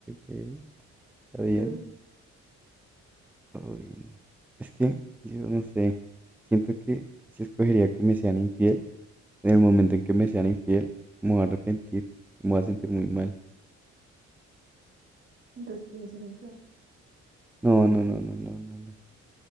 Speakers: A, in the centre; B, on the right.
A: ok, está bien.
B: Tú,
A: Uy, es que yo no sé. Siento que si escogería que me sean infiel En el momento en que me sean infiel, me voy a arrepentir, me voy a sentir muy mal.
B: entonces quieres ser infiel.
A: No, no, no, no, no, no, no.